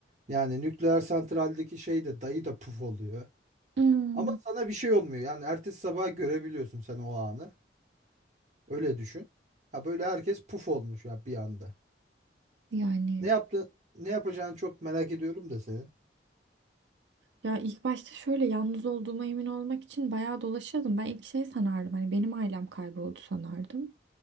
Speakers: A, on the right; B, on the right.
A: Yani nükleer santraldeki şey de dayı da puf oluyor.
B: Hmm,
A: Ama sana bir şey olmuyor. Yani ertesi sabah görebiliyorsun sen o anı. Öyle düşün. Ha böyle herkes puf olmuş ya bir anda.
B: yani
A: Ne yaptın? Ne yapacağını çok merak ediyorum da seni.
B: ya ilk başta şöyle yalnız olduğuma emin olmak için bayağı dolaşıyordum. Ben ilk şey sanardım hani benim ailem kayboldu sanardım.